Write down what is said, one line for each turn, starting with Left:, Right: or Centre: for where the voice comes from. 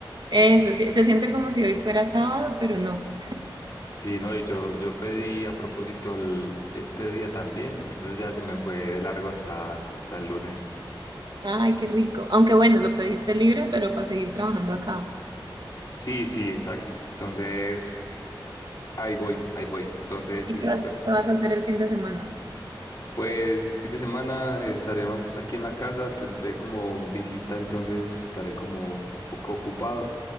Right: Eso, sí, se siente como si hoy fuera sábado, pero no.
Left: Sí, no, y yo, yo pedí a propósito el- este día también, entonces ya se me fue largo hasta, hasta el lunes.
Right: Ay, qué rico. Aunque bueno, lo pediste libre, pero para seguir trabajando acá.
Left: Sí, sí, exacto. Entonces, ahí voy, ahí voy. Entonces,
Right: ¿Y
Left: sí,
Right: qué vas,
Left: pe-
Right: qué vas a hacer el fin de semana?
Left: pues el fin de semana eh, estaré más aquí en la casa, tendré como visita, entonces estaré como un poco ocupado.